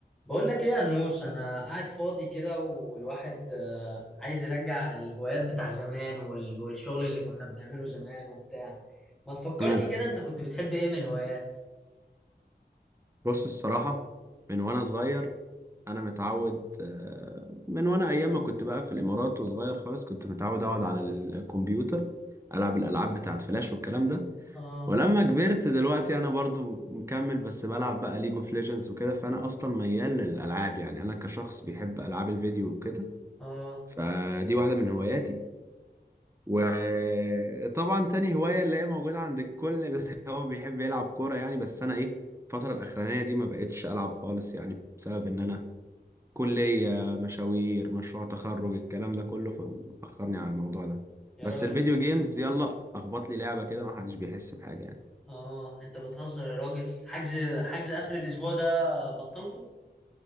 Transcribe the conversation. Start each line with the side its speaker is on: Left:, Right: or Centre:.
Centre: بقول لك ايه يا نوش انا قاعد فاضي كده والواحد آه، عايز يرجع الهوايات بتاع زمان وال- والشغل اللي كنا بنعمله زمان وبتاع ما تفكرني
Right: مم.
Centre: كده انت كنت بتحب ايه من الهوايات
Right: بص الصراحة من وأنا صغير أنا متعود آه، من وأنا أيام ما كنت بقى في الإمارات وصغير خالص كنت متعود أقعد على الكمبيوتر ألعب الألعاب بتاعت فلاش والكلام ده
Centre: اه
Right: ولما كبرت دلوقتي أنا برضو مكمل بس بلعب بقى ليج اوف ليجندز وكده فأنا أصلا ميال للألعاب يعني أنا كشخص بيحب ألعاب الفيديو وكده
Centre: اه
Right: فدي واحدة من هواياتي وطبعا تاني هواية اللي هي موجودة عند الكل اللي <laughs> هو بيحب يلعب كورة يعني بس أنا إيه الفترة الأخرانية دي ما بقتش ألعب خالص يعني بسبب إن أنا كلية مشاوير مشروع تخرج الكلام ده كله فمأخرني على الموضوع ده
Centre: يا
Right: بس
Centre: راجل
Right: الفيديو
Centre: انت
Right: جيمز يلا أخبط لي لعبة كده ما حدش بيحس بحاجة يعني
Centre: اه انت بتهزر يا راجل حجز حجز اخر الاسبوع ده بطلته